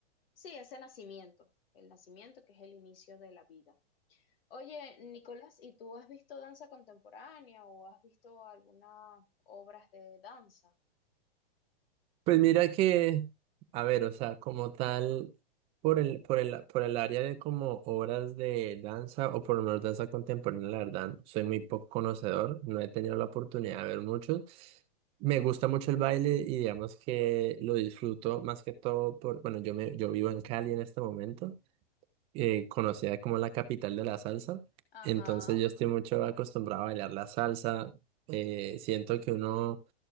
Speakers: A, on the left; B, on the right.
A: sí, ese nacimiento, el nacimiento que es el inicio de la vida. Oye, Nicolás, ¿y tú has visto danza contemporánea o has visto algunas obras de danza?
B: Pues mira que, a ver, o sea, como tal, por el, por el, por el área de como obras de danza, o por lo menos danza contemporánea, la verdad, soy muy poco conocedor, no he tenido la oportunidad de ver muchos. Me gusta mucho el baile y digamos que lo disfruto más que todo por, bueno, yo me, yo vivo en Cali en este momento, eh, conocida como la capital de la salsa,
A: Ajá.
B: entonces yo estoy mucho acostumbrado a bailar la salsa, eh, siento que uno